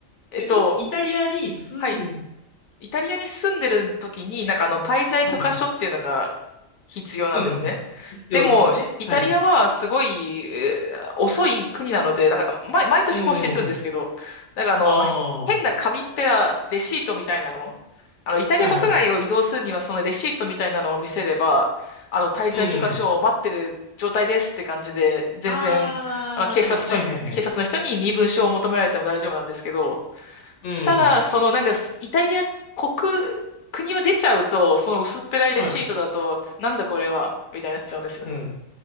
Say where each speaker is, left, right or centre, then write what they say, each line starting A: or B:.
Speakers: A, on the left; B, on the left.
A: えっと、
B: えっと、イタリアに住ん、
A: はい。イタリアに住んでる時に、なんかあの、滞在許可書っていうのが
B: はいはい。
A: 必要なんですね。
B: うん。必要ですよね。
A: でも、イタリアはすごい、
B: はい。
A: えー遅い国なので、だから毎、毎年更新するんですけど、
B: うん。
A: なんかあの、
B: あ
A: 変な紙っぺらレシートみたいなの、
B: あ、は
A: あの、イタリア国内を移動するには、
B: いはい。
A: そのレシートみたいなのを見せれば、あの、滞在許可書を待ってる状態ですって感じで、
B: うん。
A: 全然、
B: ああ、
A: あの、警察署に、
B: はいはいはい。
A: 警察の人に身分証を求められても大丈夫なんですけど、
B: うん。
A: ただ、そのなんかす、イタリア国、国を出ちゃうと、その薄っぺらいレシートだと、
B: はい。
A: なんだこれは、みたいになっちゃうんですよ。
B: うん。